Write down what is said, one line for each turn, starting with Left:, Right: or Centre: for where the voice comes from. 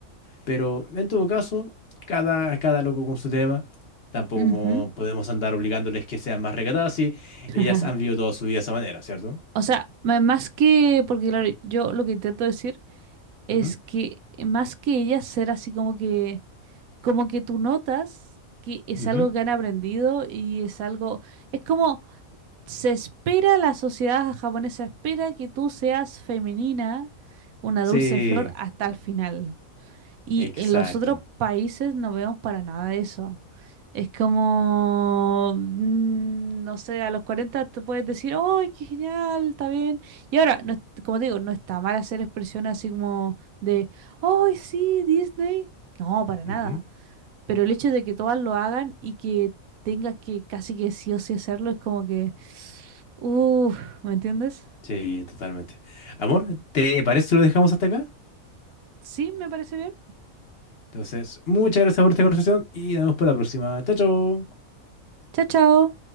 Left: Pero en todo caso, cada, cada loco con su tema. Tampoco
Right: Ujú.
Left: podemos andar obligándoles que sean más recatadas si ellas
Right: Ajá.
Left: han vivido toda su vida de esa manera, ¿cierto?
Right: O sea, ma- más que, porque claro, yo lo que intento decir es
Left: Ujú,
Right: que eh, más que ellas ser así como que, como que tú notas que es
Left: ujú.
Right: algo que han aprendido y es algo, es como se espera, la sociedad japonesa espera que tú seas femenina, una
Left: Sí,
Right: dulce flor hasta el final. Y
Left: exacto.
Right: en los otros países no vemos para nada de eso. Es como, mm, no sé, a los 40 te puedes decir, ¡ay, qué genial! Está bien. Y ahora, no, es- como te digo, no está mal hacer expresiones así como de, ¡ay, sí, Disney! No, para nada.
Left: Ujú.
Right: Pero el hecho de que todas lo hagan y que tengas que casi que sí o sí hacerlo es como que, uff, ¿me entiendes?
Left: Sí, totalmente. Amor, ¿te parece si lo dejamos hasta acá?
Right: Sí, me parece bien.
Left: Entonces, muchas gracias por esta conversación y nos vemos para la próxima. Chao, chao.
Right: Chao, chao.